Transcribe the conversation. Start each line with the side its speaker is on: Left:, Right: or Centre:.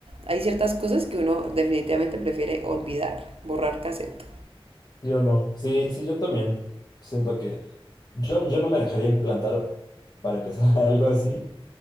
Right: hay ciertas cosas que uno definitivamente prefiere olvidar, borrar cassette.
Left: Yo no. Sí, sí, yo también. Siento que yo, yo no me dejaría implantar para empezar <laughs> algo así.